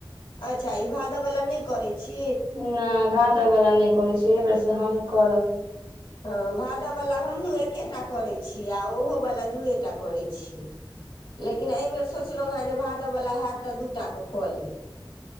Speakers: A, on the left (about 80°); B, on the right (about 75°).
A: अच्छा ई भादऽ वला नहि करैत छी
B: ने भादब वाला ने करै छी एहिबेर सँ हमहुँ करब
A: हँ भादव वला हमहूँ एके टा करै‌ छी आ ओहोवला दूए टा करै छी
B: हूँ
A: लेकिन एहिबेर सोचलहुँ हेँ जे भादबवला होयत तऽ दूटाके कऽ लेब